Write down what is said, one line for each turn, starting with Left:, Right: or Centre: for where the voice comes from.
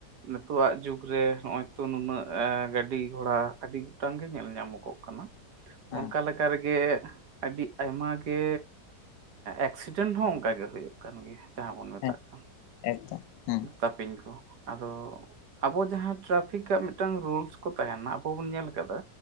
Right: ᱱᱤᱛᱳᱜᱟᱜ ᱡᱩᱜᱽ ᱨᱮ ᱱᱚᱸᱜᱼᱚᱭ ᱛᱚ ᱱᱩᱱᱟᱹᱜ ᱜᱟᱹᱰᱤ ᱜᱷᱚᱲᱟ ᱟᱹᱰᱤ ᱴᱟᱝ ᱜᱮ ᱧᱮᱞ ᱧᱟᱢᱚᱜᱚᱜ ᱠᱟᱱᱟ᱾
Left: ᱦᱮᱸ
Right: ᱚᱱᱠᱟ ᱞᱮᱠᱟ ᱨᱮᱜᱮ ᱟᱹᱰᱤ ᱟᱭᱢᱟ ᱜᱮ ᱮᱠᱥᱤᱰᱮᱱᱴ ᱮ ᱦᱚ ᱠᱟ ᱜᱮ ᱦᱩᱭᱩᱜ ᱠᱟᱱ ᱜᱮᱭᱟ ᱡᱟᱦᱟᱸ ᱵᱚᱱ ᱢᱮᱛᱟᱜ
Left: ᱦᱮᱸ
Right: ᱠᱟᱱ᱾
Left: ᱮᱠᱫᱚᱢ᱾ ᱦᱮᱸ
Right: ᱛᱟᱯᱤᱧ ᱠᱚ ᱟᱫᱚ ᱟᱵᱚ ᱡᱟᱦᱟᱸ ᱴᱨᱟᱯᱷᱤᱠᱟᱜ ᱢᱤᱫᱴᱟᱝ ᱨᱩᱞᱥ ᱠᱚ ᱛᱟᱦᱮᱸᱱᱟ ᱟᱵᱚ ᱵᱚᱱ ᱧᱮᱞ ᱠᱟᱫᱟ,